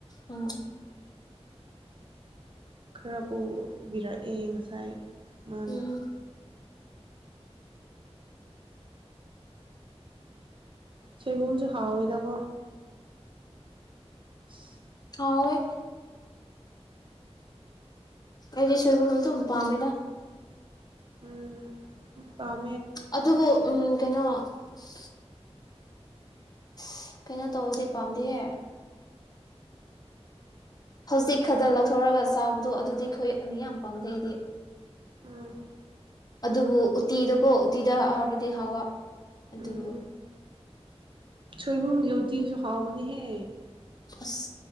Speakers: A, on the left (about 35°); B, on the right (about 50°).
A: ꯎꯝ
B: ꯈꯔ ꯄꯨꯕꯤꯔꯛꯑꯦ ꯉꯁꯥꯏ ꯃꯥꯅ
A: ꯎꯝ
B: ꯁꯣꯏꯕꯨꯝꯁꯦ ꯍꯥꯎꯋꯤꯗꯀꯣ ꯁꯤ
A: ꯍꯥꯎꯋꯦ ꯑꯩꯗꯤ ꯁꯣꯏꯕꯨꯝ ꯑꯗꯨꯝ ꯄꯥꯝꯃꯤꯗ
B: ꯎꯝ ꯑꯝ ꯄꯥꯝ
A: ꯑꯗꯕꯨ ꯎꯨꯝ ꯀꯩꯅꯣ-ꯆꯤ ꯁꯤꯠ ꯀꯩꯅꯣ ꯇꯧꯕꯗꯤ ꯄꯥꯝꯗꯦꯍꯦ ꯍꯧꯖꯤꯛ ꯈꯛꯇ ꯂꯧꯊꯣꯔꯒ ꯆꯥꯕꯗꯣ ꯑꯗꯨꯗꯤ ꯈꯌꯦꯛ ꯑꯗꯨ ꯌꯥꯝ ꯄꯥꯝꯖꯩ ꯑꯩꯗꯤ
B: ꯎꯝ
A: ꯑꯗꯨꯕꯨ ꯎꯇꯤꯗꯀꯣ ꯎꯇꯤꯗ ꯍꯥꯎꯔꯗꯤ ꯍꯥꯎꯕ ꯑꯗꯨ
B: ꯎꯝ ꯁꯣꯏꯕꯨꯝꯒꯤ ꯎꯇꯤꯁꯨ ꯍꯥꯎꯕꯅꯤ ꯍꯦ
A: ꯑꯁ